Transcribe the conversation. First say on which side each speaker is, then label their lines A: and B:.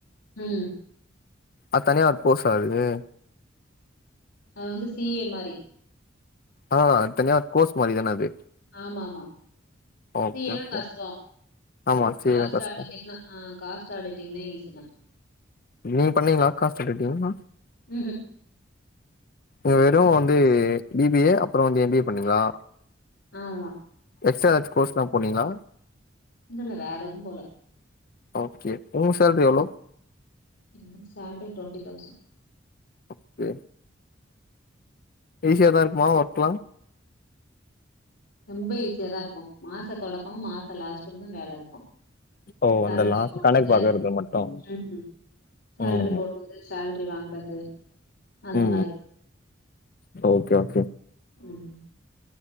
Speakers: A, on the left; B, on the left.
A: உம்
B: அத் தனியா ஒரு கோர்ஸா இது
A: அது வந்து சிஏ மாரி
B: ஆஹ் அத்தனியா ஒரு கோர்ஸ் மாராதான அது
A: ஆமா ஆமா
B: ஓகே
A: சிஏ னா
B: ஓகே
A: கஷ்டம்
B: ஆமா சேரிடா
A: காஸ்ட்
B: கஷ்டோ
A: ஆடிட்டிங்னா ஆஹ் காஸ்ட் ஆடிட்டிங்னா ஈசி தான்
B: நீ பண்ணீங்களா காசுட்டுட்டீங்களா
A: உஹம்
B: வெறும் வந்து பிபிஏ அப்புறம் வந்து எம்பிஏ பண்ணீங்களா
A: ஆமா
B: எக்ஸ்ட்ரா ஏதாச்சும் கோர்ஸ் எல்லாம் போனீங்களா
A: இல்ல இல்ல வேற எதும் போல
B: ஓகே உன் சேல்ரி எவ்ளோ
A: எனக்கு சேலரி டுவென்டி தௌசண்ட்
B: ஓகே ஈசியாதான் இருக்குமா ஒர்க்கலா
A: ரொம்ப ஈஸியா தான் இருக்கும் மாச தொடக்கமும் மாச லாஸ்ட்டும் தான் வேல இருக்கும்
B: ஓ
A: சேலரி
B: அந்த லாஸ்ட்
A: போடுறது
B: கணக்கு பாக்குறது மட்டு
A: உஹம் சேல்ரி
B: ம்
A: போடுறது சேல் ற்றி வாங்குறது அந்த
B: ம்
A: மாரி
B: ஓகே ஓகே
A: உம்